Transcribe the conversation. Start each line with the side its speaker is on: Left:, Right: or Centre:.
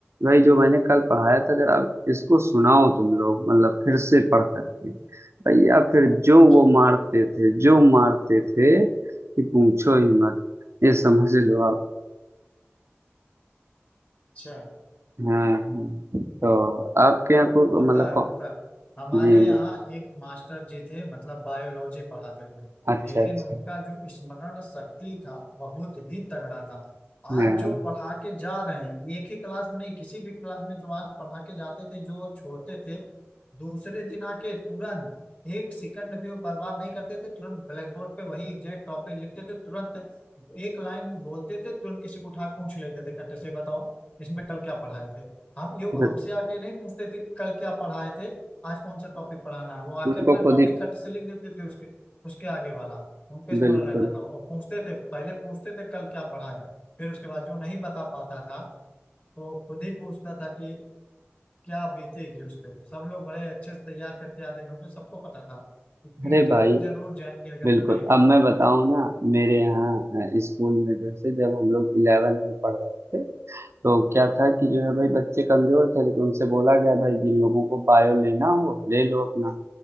Right: भाई जो मैंने कल पढ़ाया
Left: हाँ
Right: था अगर आप इसको सुनाओ तुम लोग मतलब फिर से पढ़ करके भैया फिर जो
Left: अच्छा
Right: वो मारते थे जो मारते थे कि पूछो ही मत ये समझ लो आप
Left: अच्छा
Right: हाँ हाँ तो आपके यहाँ को
Left: होता
Right: मतलब
Left: है
Right: कौन-
Left: होता है हमारे
Right: जी जी
Left: यहाँ एक मास्टर जी थे मतलब बायोलॉजी पढ़ाते थे
Right: अच्छा
Left: लेकिन
Right: अच्छा
Left: उनका जो स्मरण शक्ति था बहुत ही तगड़ा था आज
Right: हाँ,
Left: जो पढ़ा के जा रहे हैं एक ही क्लास में नहीं किसी भी क्लास में जो आज पढ़ा के जाते थे जो छोड़ते थे दूसरे दिन आके तुरंत एक सेकंड भी वो बर्बाद नहीं करते थे तुरंत ब्लैक बोर्ड पे वही एग्जैक्ट टॉपिक लिखते थे तुरंत एक लाइन बोलते थे तुरंत किसी को उठा के पूछ लेते थे खट्टे से बताओ इसमें कल क्या पढ़ाए थे हम यो
Right: बस
Left: हमसे आके नहीं पूछते थे कि कल क्या पढ़ाए थे आज कौन सा टॉपिक पढ़ाना है वो आके
Right: उनको
Left: अपना
Right: खुद
Left: टॉपिक
Right: ही
Left: खट से लिख देते थे उसके उसके आगे वाला उनको स्मरण
Right: बिल्कुल
Left: रहता था और पूछते थे पहले पूछते थे कल क्या पढ़ाया फिर उसके बाद जो नहीं बता पाता था तो खुद ही पूछता था कि क्या बीतेगी उस पे सब लोग बड़े अच्छे से तैयार करके आते थे उनको सबको पता था कि पीटे
Right: अरे भाई
Left: तो जरूर जाएंगे अगर
Right: बिल्कुल
Left: जो नहीं बता
Right: अब मैं
Left: पाए
Right: बताऊं ना मेरे यहाँ अ, स्कूल में जैसे जब हम लोग इलेवेंथ में पढ़ रहे थे तो क्या था
Left: हम्म,
Right: कि जो है भाई बच्चे कमजोर थे लेकिन उनसे बोला गया भाई जिन लोगों को बायो लेना हो ले लो अपना